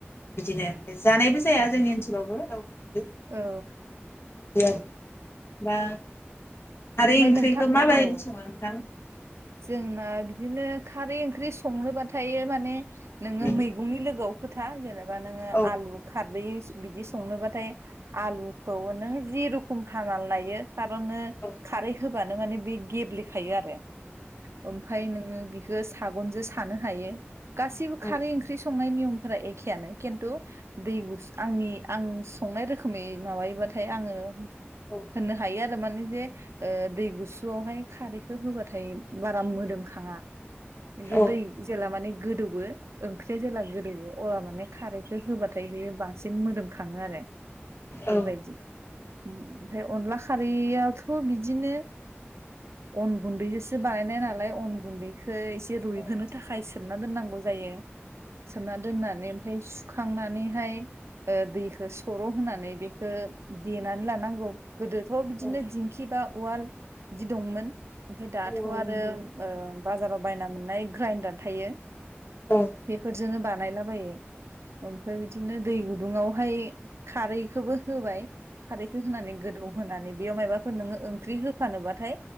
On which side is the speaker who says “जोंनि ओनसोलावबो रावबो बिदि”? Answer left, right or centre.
Left